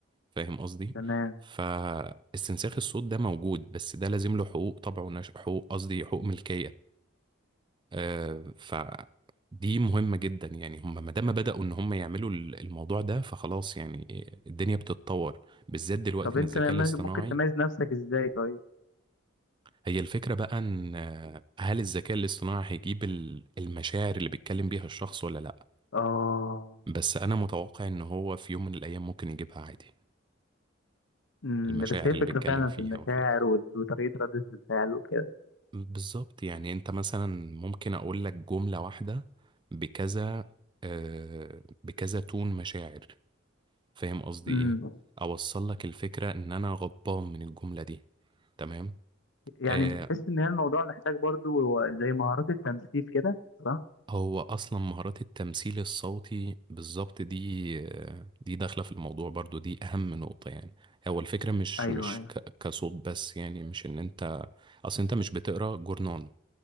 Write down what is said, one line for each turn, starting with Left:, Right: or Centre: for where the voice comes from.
Right: فاهم قصدي
Left: تمام
Right: فاستنساخ الصوت ده موجود بس ده لازم له حقوق طبع ونشر حقوق قصدي حقوق ملكية آه فدي مهمة جدا يعني هم ما دام بدأوا ان هم يعملوا ال- الموضوع ده فخلاص يعني الدنيا بتتطور بالذات دلوقتي
Left: طب
Right: ان
Left: انت
Right: الذكاء الاصطناعي
Left: ممكن تميز نفسك ازاي طيب
Right: هي الفكرة بقى ان آه، هل الذكاء الاصطناعي هيجيب ال- المشاعر اللي بيتكلم بيها الشخص ولا لا
Left: اه
Right: بس انا متوقع ان هو في يوم من الايام ممكن يجيبها عادي
Left: امم
Right: المشاعر
Left: بس هي
Right: اللي
Left: فكرة
Right: بيتكلم
Left: فعلا
Right: فيها
Left: في المشاعر
Right: وخلافه
Left: وال- وطريقة ردة الفعل وكده
Right: بالظبط يعني انت مثلا ممكن اقول لك جملة واحدة بكذا آه بكذا تون مشاعر فاهم قصدي
Left: امم
Right: ايه اوصل لك الفكرة ان انا غضبان من الجملة دي تمام
Left: يعني
Right: آه
Left: بتحس ان هي الموضوع محتاج برضو زي مهارات التمثيل كده صح
Right: هو اصلا مهارات التمثيل الصوتي بالظبط دي آه دي داخلة في الموضوع برضو دي اهم نقطة يعني هو الفكرة مش
Left: ايوه
Right: مش
Left: ايوه
Right: ك- كصوت بس يعني مش ان انت اصل انت مش بتقرا جورنال